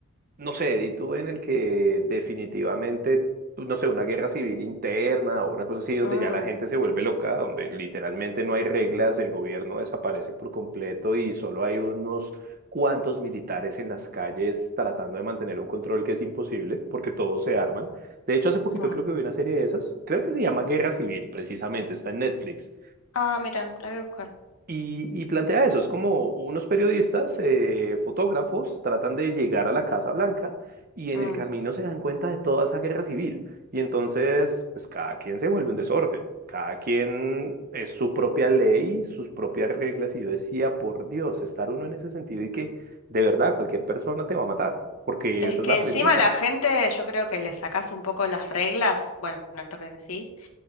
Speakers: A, on the right; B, on the left.
A: no sé, di tú en el que definitivamente, pues, no sé, una guerra civil interna o una cosa así, donde
B: Mm,
A: ya la gente se vuelve loca, donde literalmente no hay reglas, el gobierno desaparece por completo y solo hay unos cuantos militares en las calles tratando de mantener un control que es imposible porque todos se arman. De hecho, hace poquito
B: mm.
A: creo que vi una serie de esas, creo que se llama Guerra Civil, precisamente, está en Netflix.
B: Ah, mira, la voy a buscar.
A: Y, y plantea eso, es como unos periodistas, eh, fotógrafos, tratan de llegar a la Casa Blanca y en
B: Mm.
A: el camino se dan cuenta de toda esa guerra civil. Y entonces, pues cada quien se vuelve un desorden, cada quien es su propia ley, sus propias reglas. Y yo decía, por Dios, estar uno en ese sentido y que de verdad cualquier persona te va a matar, porque
B: Es
A: esa es
B: que
A: la
B: encima
A: premisa,
B: la gente, yo creo que le sacás un poco las reglas, bueno, esto que decís,